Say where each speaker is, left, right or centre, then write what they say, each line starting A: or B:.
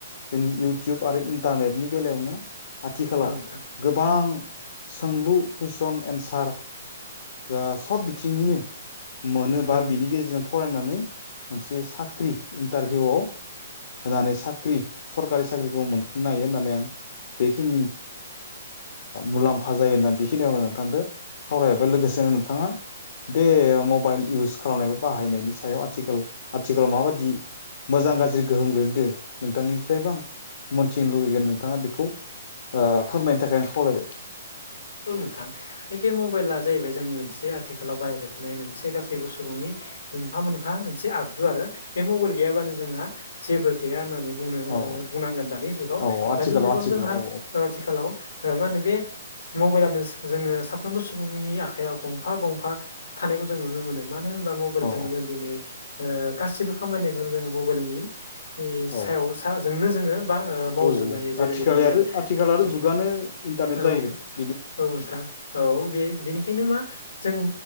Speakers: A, on the left; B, on the left.
A: जोंनि इउटुब आरो इन्टारनेटनि बेलायावनो आथिखालाव
B: औ नोंथां
A: गोबां सोंलु कुइसन एन्सार ओ सब बिथिंनिनो मोनोबा
B: औ
A: बिनि गेजेरजों फरायनानै मोनसे साख्रि इन्टारभिउआव होनानै साख्रि सरकारि साख्रिखौ मोनफुंनो हायो होननानै आं बेखिनि मुलाम्फा जायो होननानै बेखिनियावनो नोंथांजों सावरायहरबाय लोगोसेनो नोंथाङा बे मबाइल इउस खालामनाय बा बाहायनायनि सायाव आथिखाल आथिखालाव माबादि मोजां गाज्रि गोहोम गोगलैदों नोंथांनिफ्रायबो आं मोनथिनो लुुबैगोन नोंथाङा बेखौ फोरमायनो थाखाय आं खावलायबाय
B: औ नोंथां बे मबाइला जाहैबाय जोंनि मोनसे आथिखालाव बाहायबाय थानाय मोनसे गासैबो सुबुंनि मोनफा मोनफा मोनसे आगजु आरो बे मबाइल गैयाबानो जोंहा जेबो गैया होननानै बुंनो
A: औ
B: बुंनांगोन दानि जुगाव
A: औ आथिखालाव
B: दानि जुगाव
A: आथिखालाव
B: जोंहा
A: औ
B: आथिखालाव मा होनो बे मबाइलनो जोंङनो साफ्रोमबो सुबुंनि आखाइायाव गंफा गंफा थानायखौ जों नुनो मोनो मानो होनोबब्ला मबे मबाइल
A: औ
B: जोंनो जों दिनै गासिबो खामानिखौनो जों मबाइलनि
A: औ
B: सायाव साजोंनो जोङो बा मावजोबनो
A: औ
B: हायो जेरै
A: आथिखाल
B: जोङो
A: आरो आथिखाल आरो
B: औ
A: जुगानो इन्टारनेट
B: औ
A: जाहैबाय ना
B: औ नोंथां औ बे बेनिखायनो मा जों